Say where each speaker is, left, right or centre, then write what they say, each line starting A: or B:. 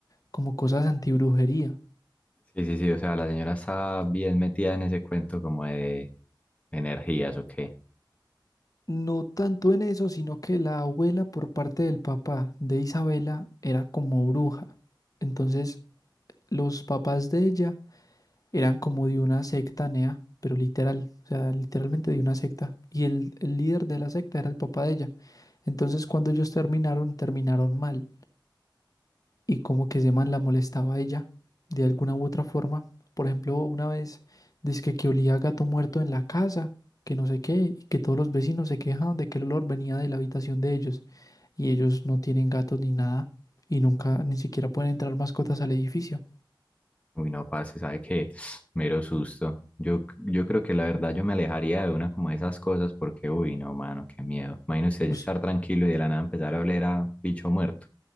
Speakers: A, on the left (about 45°); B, on the left (about 15°).
A: como cosas antibrujería.
B: Sí, sí, sí, o sea, la señora está bien metida en ese cuento como de energías o qué.
A: No tanto en eso, sino que la abuela por parte del papá de Isabela era como bruja. Entonces, los papás de ella eran como de una secta nea, pero literal, o sea, literalmente de una secta. Y el, el líder de la secta era el papá de ella. Entonces, cuando ellos terminaron, terminaron mal. y como que ese man la molestaba a ella de alguna u otra forma. Por ejemplo, una vez dice que olía a gato muerto en la casa, que no sé qué, y que todos los vecinos se quejaban de que el olor venía de la habitación de ellos y ellos no tienen gatos ni nada y nunca ni siquiera pueden entrar mascotas al edificio.
B: Uy, no, parce, ¿sabe qué? <sniffs> Mero susto. Yo, yo creo que la verdad yo me alejaría de una como de esas cosas porque, uy, no, mano, qué miedo. Imagínese
A: ¿Us-
B: estar tranquilo y de la nada empezar a oler a bicho muerto.